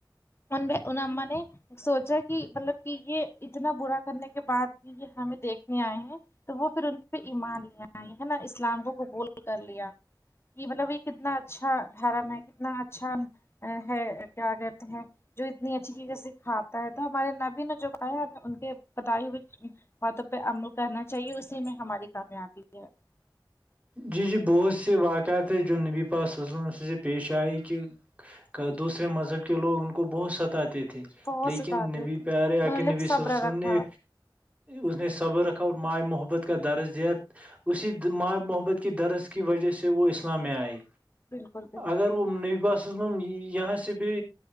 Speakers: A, on the left (about 30°); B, on the right (about 15°).
A: ان ان اما نے سوچا کہ مطلب کہ یہ اتنا برا کرنے کے بعد بھی یہ ہمیں دیکھنے آئے ہیں تو وہ پھر ان پہ ایمان لیائی ہے نا اسلام کو قبول کر لیا کہ مطلب یہ کتنا اچھا دھرم ہے کتنا اچھا ہے کیا کرتے ہیں جو اتنی اچھی طق سےکھاتے تو ہمارے نبی نے جو کہا ہم ان کے بدائی ماتوں پہ عمل کرنا چاہیے اسی میں ہماری کامیابی ہے
B: جی جی بہت سے واقعات ہے جو نبی پسلم سے پیش آئے کہ دوسرے مذہب کے لوگ ان کو بہت ستاتے تھے
A: بہت
B: لیکن
A: ستاتے
B: نبی
A: تھے
B: پہ
A: انہوں
B: رہے آ کہ نبی
A: نے صبر
B: سس
A: رکھا
B: نے اس نے صبر رکھا اور مائ محبت کا درج دیا اسی مائ محبت کی درس کی وجہ سے وہ اسلام میں آئے
A: بالکل بالکل
B: اگر وہ نبا سے ب ب یہ س سے بھی